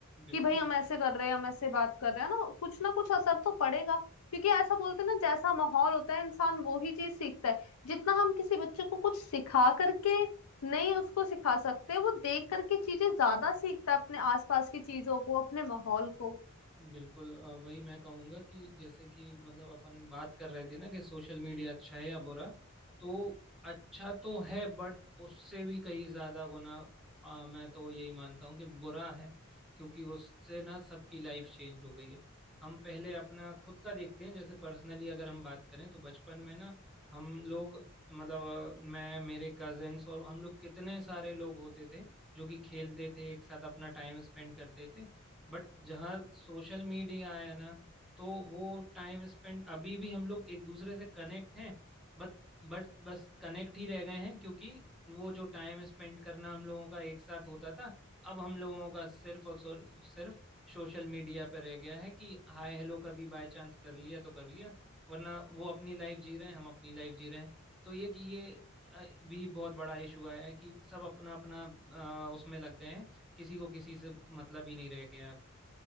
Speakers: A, in the centre; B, on the left.
A: बिल्कुल
B: कि भाई हम ऐसे कर रहे हैं हम ऐसे बात कर रहे हैं ना कुछ ना कुछ असर तो पड़ेगा क्योंकि ऐसा बोलते हैं ना जैसा माहौल होता है इंसान वो ही चीज सीखता है जितना हम किसी बच्चे को कुछ सिखा करके नहीं उसको सिखा सकते वो देख करके चीजें ज्यादा सीखता है अपने आसपास की चीजों को अपने माहौल को
A: बिल्कुल अ, वही मैं कहूंगा कि जैसे कि मतलब अपन बात कर रहे थे ना कि सोशल मीडिया अच्छा है या बुरा तो अच्छा तो है बट उससे भी कहीं ज्यादा गुना अ, मैं तो यही मानता हूँ कि बुरा है क्योंकि उससे ना सबकी लाइफ चेंज हो गई है हम पहले अपना खुद का देखते हैं जैसे पर्सनली अगर हम बात करें तो बचपन में ना हम लोग मतलब अ, मैं मेरे कजिन्स और हम लोग कितने सारे लोग होते थे जो कि खेलते थे एक साथ अपना टाइम स्पेंड करते थे बट जहाँ सोशल मीडिया आया ना तो वो टाइम स्पेंड अभी भी हम लोग एक दूसरे से कनेक्ट हैं बट बट बस कनेक्ट ही रह गए हैं क्योंकि वो जो टाइम स्पेंड करना हम लोगों का एक साथ होता था अब हम लोगों का सिर्फ और सो- सिर्फ सोशल मीडिया पर रह गया है कि हाय हेलो कभी बाय चांस कर लिया तो कर लिया वरना वो अपनी लाइफ जी रहे हैं हम अपनी लाइफ जी रहे हैं तो ये कि ये अ, भी बहुत बड़ा इशू आया है कि सब अपना अपना अ, उसमें लग गए हैं किसी को किसी से मतलब ही नहीं रह गया है अब।